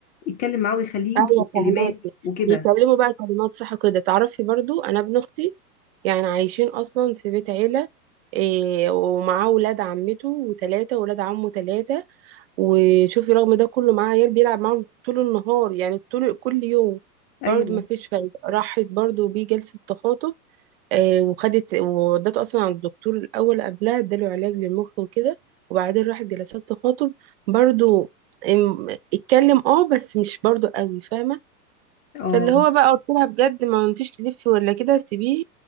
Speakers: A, on the left; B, on the right.
A: يتكلم معاه ويخليه
B: أيوة
A: ينطق الكلمات
B: فهماكي
A: وكده
B: بيتكلموا بقى كلمات صح كده تعرفي برضو أنا ابن أختي يعني عايشين أصلا في بيت عيلة إيه ومعاه ولاد عمته وتلاتة ولاد عمه تلاتة وشوفي رغم ده كله معاه عيال بيلعب معاهم طول النهار يعني طول كل يوم
A: ايوه
B: برضه ما فيش فايدة راحت برضه بيه جلسة تخاطب آه وخدت وودته أصلا عند الدكتور الأول قبلها اداله علاج للمخ وكده وبعدين راحت جلسات تخاطب برضه ام- اتكلم اه بس مش برضه قوي فاهمة
A: اه
B: فاللي هو بقى قلت لها بجد ما انتيش تلفي ولا كده سيبيه